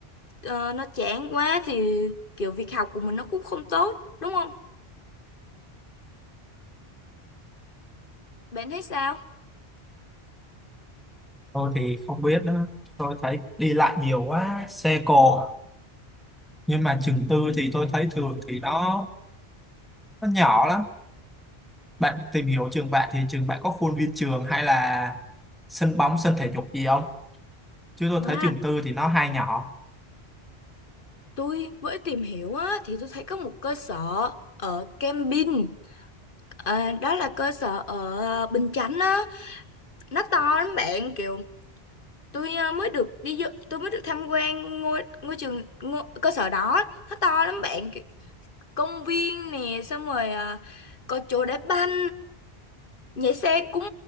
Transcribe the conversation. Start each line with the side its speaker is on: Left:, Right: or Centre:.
Left: ờ, nó chán quá thì kiểu việc học của mình nó cũng không tốt đúng không bạn thấy sao
Centre: Tôi thì không biết nữa. Tôi thấy đi lại nhiều quá, xe cộ. Nhưng mà trường tư thì tôi thấy thường thì nó nó nhỏ lắm. Bạn tìm hiểu trường bạn thì trường bạn có khuôn viên trường hay là sân bóng, sân thể dục gì không? Chứ tôi
Left: Wow,
Centre: thấy trường tư thì nó hay nhỏ.
Left: tôi mới tìm hiểu á, thì tôi thấy có một cơ sở ở Cam Vin, à, đó là cơ sở ở Bình Chánh á, nó to lắm bạn kiểu tôi ờ, mới được đi vô- tôi mới được tham quan ngôi ngôi trường ngôi, cơ sở đó nó to lắm bạn Kiểu công viên nè xong rồi ờ, có chỗ đá banh nhà xe cũng